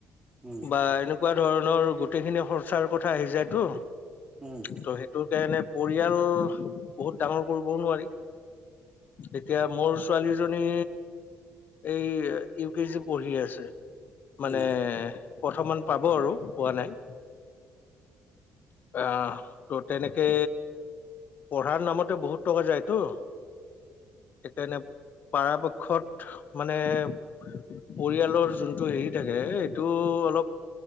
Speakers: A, on the right; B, on the left.
A: উম উম
B: বা এনেকুৱা ধৰণৰ গোটেইখিনি খৰচাৰ কথা আহি যায়টো।
A: উম
B: ত সেইটো কাৰণে পৰিয়াল বহুত ডাঙৰ কৰবও নোৱাৰি। এতিয়া মোৰ ছোৱালীজনী এই ইউ কে জি পঢ়ি আছে।
A: উম উম
B: মানে
A: উম
B: প্ৰথমান পাব আৰু পোৱা নাই। আহ ত তেনেকে পঢ়াৰ নামতে বহুত টকা যায়তো। সেইকাৰণে পাৰাপক্ষত মানে পৰিয়ালৰ যোনটো হেৰি থাকে এইটো অলপ